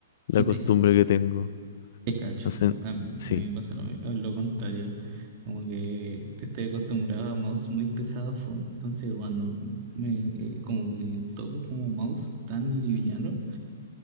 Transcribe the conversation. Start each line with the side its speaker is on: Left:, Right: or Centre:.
Left: la
Right: Y
Left: costumbre
Right: te capto,
Left: que tengo.
Right: te cacho.
Left: Entonces,
Right: A mí,
Left: sí.
Right: a mí me pasa lo, mi- lo contrario. Como que te estoy acostumbrado a mouse muy pesado, fo. Entonces cuando me, eh, como que toco como mouse tan liviano,